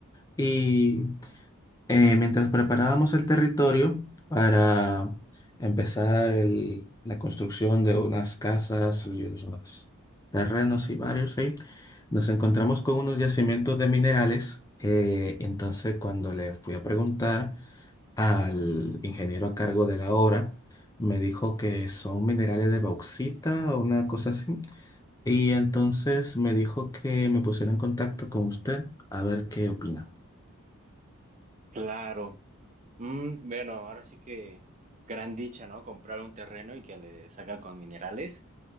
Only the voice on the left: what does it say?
y eh, mientras preparábamos el territorio para empezar el- la construcción de unas casas y unos terrenos y varios ahí, nos encontramos con unos yacimientos de minerales. eh, entonces, cuando le fui a preguntar al ingeniero a cargo de la obra, me dijo que son minerales de bauxita o una cosa así. Y entonces me dijo que me pusiera en contacto con usted a ver qué opina.